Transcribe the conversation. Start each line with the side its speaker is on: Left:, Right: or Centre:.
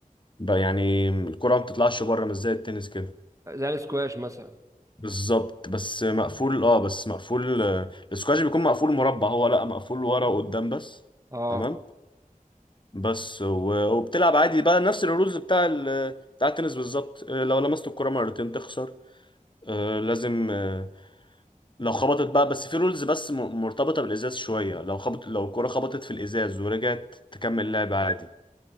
Left: بقى يعني الكرة ما بتطلعش بره مش زي التنس كده
Right: زي السكواش مثلا
Left: بالظبط بس مقفول اه بس مقفول آه، السكواش بيكون مقفول مربع هو لا مقفول ورا وقدام بس
Right: اه
Left: تمام بس و- وبتلعب عادي بقى نفس الرولز بتاع ال- بتاع التنس بالظبط آه، لو لمست الكرة مرتين تخسر آه، لازم آه، لو خبطت بقى بس في رولز بس م- مرتبطة بالإزاز شوية لو خبط لو الكرة خبطت في الإزاز ورجعت تكمل لعب عادي